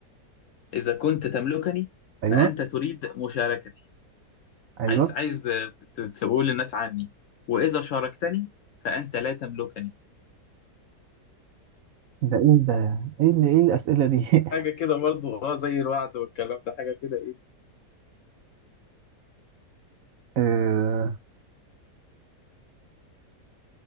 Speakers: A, on the left; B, on the right.
A: إذا كنت تملكني فأنت
B: أيوه
A: تريد مشاركتي
B: أيوه
A: عايز عايز ت- تقول للناس عني وإذا شاركتني فأنت لا تملكني
B: ده إيه ده إيه اللي إيه الأسئلة دي <laughs>
A: حاجة كده برضو اه زي الوعد والكلام ده حاجة كده ايه
B: آه،